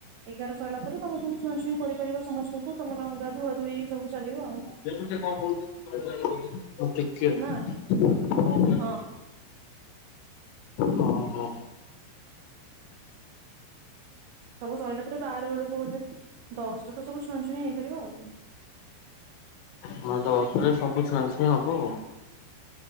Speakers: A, on the right; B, on the left.
A: ଏଗାର ସଇଲା ପରେ? ତମେ ସବୁ ଛୁଆଁ ଛୁଇଁ କରିପାରିବ ସମସ୍ତଙ୍କୁ ତମର ଗାଧୁଆ ଧୁଇ ସବୁ ଚାଲିବ ଆଉ।
B: ଦେଖ ନି ସେ କଣ କହୁଚି? ମୁଁ ଟିକିଏ
A: ନା ହଁ ହଁ
B: ହଁ ହଁ
A: ସବୁ ସରିଲା ପରେ ବାର ବେଳକୁ ବୋଧେ ଦଶରେ ତ ସବୁ ଛୁଆଁ ଛୁଇଁ ହେଇପାରିବ ଆଉ।
B: ହଁ ଦଶରେ ସବୁ ଛୁଆଁଛୁଇଁ ହବ ଆଉ।